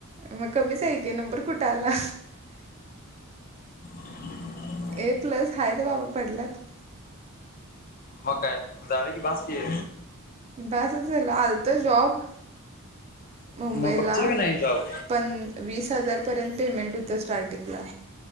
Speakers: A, on the right; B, on the left.
A: मग कमीच आहे कि, नंबर कुठं आला.
B: <unintelligible>
A: ए प्लस हायत बाबा पडल्यात.
B: मग काय झाले की, बास की.
A: बास चं झालं आलतं जॉब. मुंबईला
B: मग बघशील का नाही जॉब
A: पण वीस हजार पर्यंत, पेमेंट होतं स्टार्टिंगला.